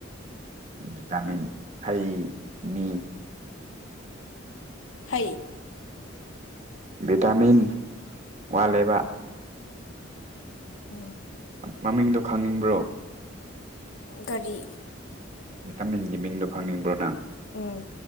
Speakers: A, on the right (about 35°); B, on the left (about 80°).
A: ꯕꯤꯇꯥꯃꯤꯟ ꯍꯩ ꯃꯤ
B: ꯍꯩ
A: ꯚꯤꯇꯥꯃꯤꯟ ꯋꯥꯠꯂꯦꯕ
B: ꯎꯝ
A: ꯃꯃꯤꯡꯗꯣ ꯈꯪꯅꯤꯡꯕ꯭ꯔꯣ
B: ꯀꯔꯤ
A: ꯚꯤꯇꯥꯃꯤꯟꯒꯤ ꯃꯤꯡꯗꯣ ꯈꯪꯅꯤꯡꯕ꯭ꯔꯣ ꯅꯪ
B: ꯎꯝ